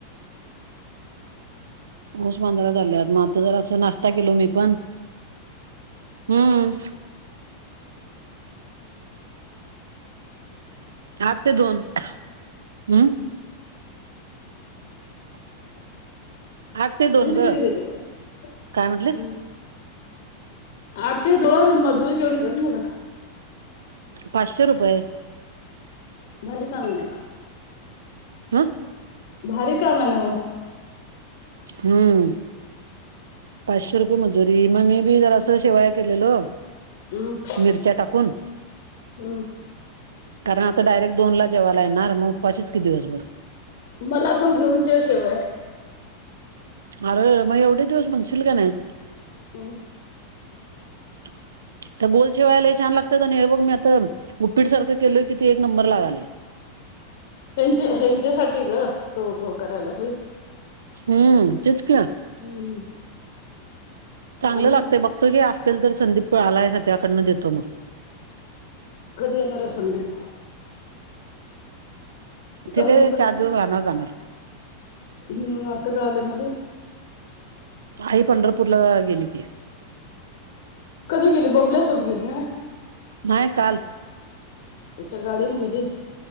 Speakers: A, on the right (about 65°); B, on the left (about 50°).
A: ऊसमांजरा झाल्यात मग आता जरास नाश्ता केलो मी पण हम्म आठ ते दोन हम आठ ते दोन
B: अजुन
A: ग
B: किती देत हम
A: काय म्हटलेस
B: आठ‌ ते दोन मजुरी केेवढी मुल <unintelligible>
A: पाचशे रुपये
B: भारी काम नाही.
A: हं
B: भारी काम आहे न मग
A: हम्म पाचशे रुपये मजुरी मग मी बी जरास शेवाया केलेलो-
B: हम्म
A: मिरच्या टाकुन
B: हम्म
A: कारण आता डायरेक्ट दोनला जेवायला येणार मग उपाशीच की दिवसभर
B: मला पण घेऊन ठेव शेवया
A: अरे मग एवढे दिवस म्हणशील का नाही.
B: हं
A: त्या गोल शेवाया लय छान लागतात आणि हे बघ मी आता उपीट सारख केल कि ते एक नंबर लागायल.
B: ह्यांचे ह्यांचेसाठी ग तो करायला होईल.
A: हम्म तेच की ना
B: हम्म
A: चांगल
B: आणि
A: लागतय बघतो की असतील तर संदीप आलायस त्याकडन देतो मग
B: कधी येणार आहे संदीप? संधीप
A: ते काय
B: घरी
A: चार दिवस राहणार जाणार
B: हम्म आताच आले मध्ये
A: आई पंढरपुरला गेली की
B: कधी गेली बबल्यासोबत गेली काय
A: नाही काल
B: तुच्या गाडीने गेली